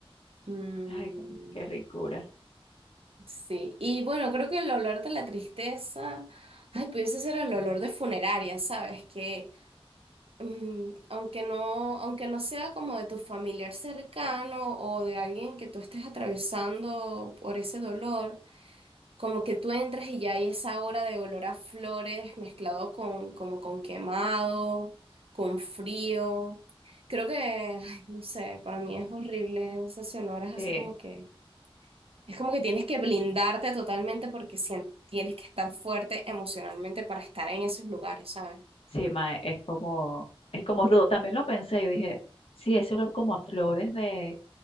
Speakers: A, on the right; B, on the left.
A: Mm,
B: Ay, qué qué ricura.
A: sí, y bueno, creo que el olor de la tristeza, ay, pudiese ser el olor de funeraria, ¿sabes? Que mm, aunque no, aunque no sea como de tu familiar cercano o de alguien que tú estés atravesando por ese dolor, como que tú entras y ya hay esa hora de olor a flores mezclado con, como con quemado, con frío. Creo que, ay, no sé, para mí es horrible ese olor, es así
B: Sí,
A: como que Es como que tienes que blindarte totalmente porque sien- tienes que estar fuerte emocionalmente para estar en esos lugares, ¿sabes?
B: sí, mae, es como, es como rudo. También lo pensé, yo dije, sí, ese olor como a flores de,